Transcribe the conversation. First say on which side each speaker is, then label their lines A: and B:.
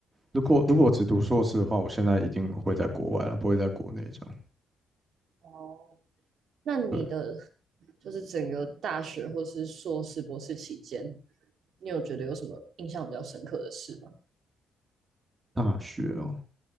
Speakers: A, on the right (about 20°); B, on the right (about 65°).
A: 如果如果我只读硕士的话，我现在一定会在国外了，不会在国内这样。
B: 哦，那你的
A: 对，
B: 就是整个大学或是硕士、博士期间，你有觉得有什么印象比较深刻的事吗？
A: 大学哦，